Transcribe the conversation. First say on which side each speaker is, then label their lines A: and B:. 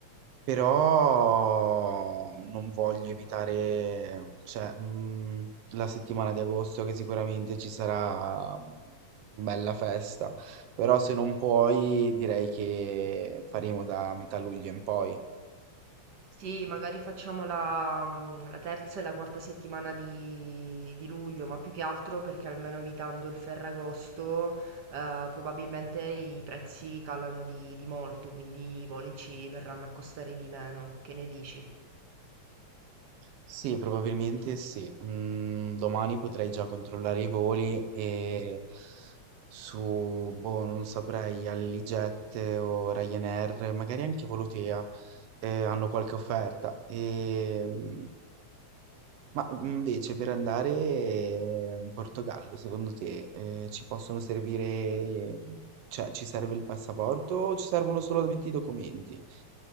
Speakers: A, on the right (about 75°); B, on the right (about 55°).
A: Però non voglio evitare, cioè, mhmm, la settimana di agosto che sicuramente ci sarà bella festa, però se non puoi direi che faremo da metà luglio in poi.
B: Sì, magari facciamo la, mhmm, la terza e la quarta settimana di di luglio, ma più che altro perché almeno evitando il Ferragosto, ehm, probabilmente i prezzi calano di di molto, quindi i voli ci verranno a costare di meno. Che ne dici?
A: Sì, probabilmente sì. Mhmm, domani potrei già controllare i voli e su, boh, non saprei, Alliget o Ryanair, magari anche Volotea, ehm, hanno qualche offerta. Ehm Ma mhmm, invece per andare eh, in Portogallo, secondo te, eh, ci possono servire, eh, cioè ci serve il passaporto o ci servono solamente i documenti?